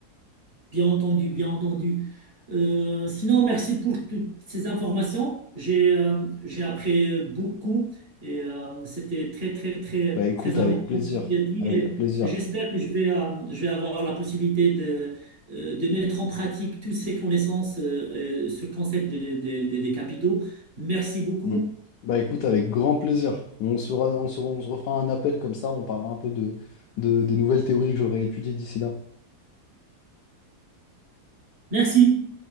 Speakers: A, on the right; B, on the left.
A: Bien entendu, bien entendu. Euh, sinon, merci pour toutes ces informations. J'ai euh, j'ai appris beaucoup et euh, c'était très, très, très,
B: Bah écoute,
A: très
B: avec
A: important
B: plaisir,
A: ce qu'il a dit.
B: avec
A: Et,
B: plaisir.
A: j'espère que je vais, euh, je vais avoir la possibilité de, euh, de mettre en pratique toutes ces connaissances, euh, euh, ce concept des des- des- des capitaux. Merci beaucoup.
B: Mm. Bah écoute, avec grand plaisir. On sera, on se, on se refera un appel comme ça, on parlera un peu de, de- des nouvelles théories que j'aurai étudiées d'ici là.
A: Merci.